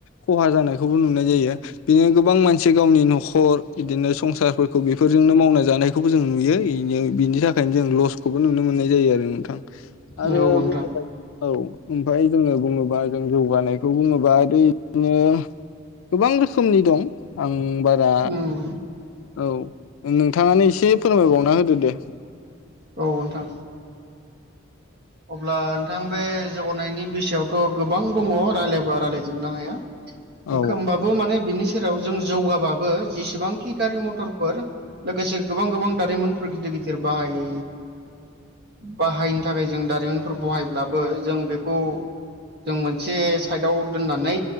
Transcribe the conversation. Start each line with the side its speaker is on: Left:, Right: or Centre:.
Left: खहा जानायखौ बो नुनाय जायो बिदि गोबां मानसि गावनि न'खर बिदिनो संसारफोरखौ बेफोरजोंनो मावना ज नायखौबो जों नुयो इनि थाखायनो जों लसखौबो नुनो मोननाय जायो आरो नोंथां आरो
Right: औ नोथां
Left: बुङोबा औ ओमफफाय जोङो बुङोबा जों जौगानायखौ बुङोबा आरो इदिनो गोबां रोखोमनि दं आं बारा
Right: उम
Left: औ-नोंथाङानो एसे फोरमायबावना होदो दे।
Right: औ नोंथां। अब्ला नोंथां बे जौगानायनि बिसायावथ' गोबां दङ। रायज्लायबा रायज्लायजोबनो हाया।
Left: औ
Right: ओंखोमबाबो माने बिनि सेराव जों जौगाबाबो जेसेबांखि गारि मथरफोर लोगोसे गोबां गोबां दारिमिनफोर गिदिर गिदिर बाहाय- बाहायनो थाखाय- जों दारिमिनफोर बहायब्लाबो जों बेखौ जों मोनसे साइडआव दोननानै,